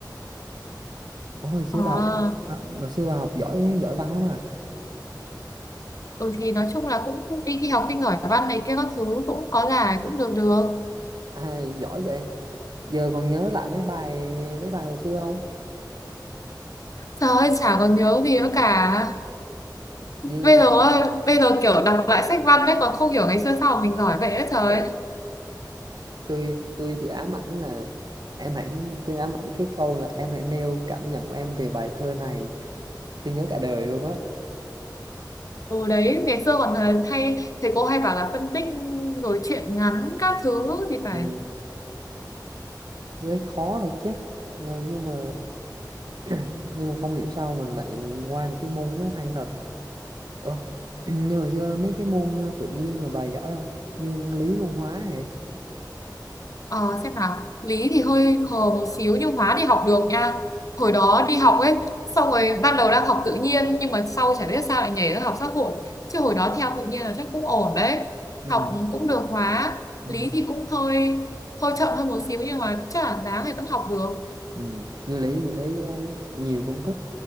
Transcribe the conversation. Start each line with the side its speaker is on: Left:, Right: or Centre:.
Right: Ủa, hồi xưa
Left: À,
Right: bà học à, hồi xưa bà học giỏi giỏi văn lắm à
Left: ừ thì nói chung là cũng đi thi học sinh giỏi văn này kia các thứ cũng có giải cũng được được
Right: à giỏi vậy giờ còn nhớ lại mấy bài mấy bài hồi xưa không
Left: Trời ơi, chả còn nhớ gì nữa cả. Bây
Right: như
Left: giờ bây giờ kiểu đọc lại sách văn đấy còn không hiểu ngày xưa sao mà mình giỏi vậy
Right: <laughs>
Left: ấy trời. ơi.
Right: tôi tôi thì ám ảnh là em hãy tôi ám ảnh cái câu là em hãy nêu cảm nhận của em về bài thơ này tôi nhớ cả đời luôn á
Left: Ừ đấy, ngày xưa còn ờ, hay thầy cô hay bảo là phân tích rồi truyện ngắn
Right: ừ.
Left: các thứ thì phải.
Right: Ừ. thấy khó thật chứ mà nhưng mà <coughs> <clears throat> nhưng mà không hiểu sao mình lại qua được cái môn nó hay thật Ủa? <clears throat> như hồi xưa mấy cái môn ờ, tự nhiên rồi bà giỏi không như môn lý môn hóa này
Left: Ờ, xem nào lý thì hơi khờ một xíu nhưng hóa thì học được nha hồi đó đi học ấy xong rồi ban đầu đang học tự nhiên nhưng mà sau chả biết sao lại nhảy ra học xã hội chứ hồi đó theo tự nhiên là chắc cũng ổn đấy
Right: ừ.
Left: học cũng được hóa
Right: Ừ.
Left: lý thì cũng hơi hơi chậm hơn một xíu nhưng mà chắc là đáng thì vẫn học được
Right: Ừ. như lý thì thấy ờ, nhiều công thức